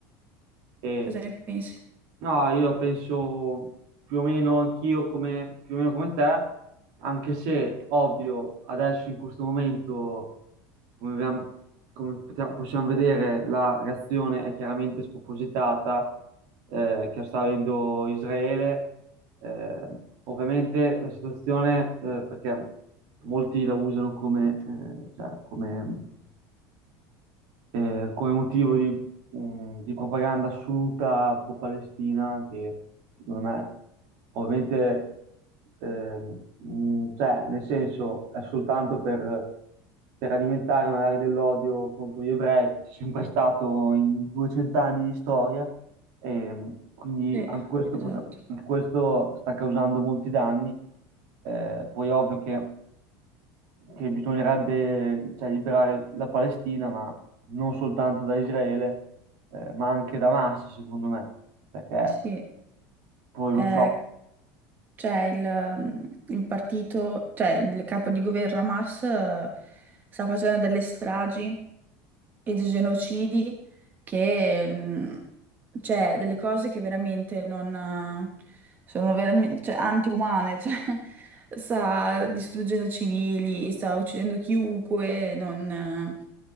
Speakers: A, on the right (about 60°); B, on the right (about 20°).
A: E
B: Cosa ne pensi?
A: No, io la penso più o meno anch'io come, più o meno come te, anche se ovvio adesso in questo momento, come, abbiamo- come potia- possiamo vedere, la reazione è chiaramente spropositata eh, che sta avendo Israele. Eh, ovviamente la situazione, eh, perché molti la usano come, eh, cioè, come eh, come motivo di, mh, di propaganda assoluta pro-Palestina, che secondo me ovviamente, ehm, mh, cioè, nel senso, è soltanto per, per alimentare magari dell'odio contro gli ebrei, che c'è sempre stato in 200 anni di storia, e quindi
B: Sì,
A: anche questo,
B: esatto.
A: potrà- anche questo sta causando molti danni. Eh, poi è ovvio che, che bisognerebbe, cioè, liberare la Palestina, ma non soltanto da Israele, eh, ma anche da Hamas, secondo me, perché
B: Sì,
A: poi
B: eh,
A: non so.
B: Cioè, il, il partito, cioè il capo di governo Hamas eh, sta facendo delle stragi e dei genocidi che, mm, cioè, delle cose che veramente non eh, sono veramente, cioè, antiumane, <laughs> cioè, sta distruggendo civili, sta uccidendo chiunque, non, eh,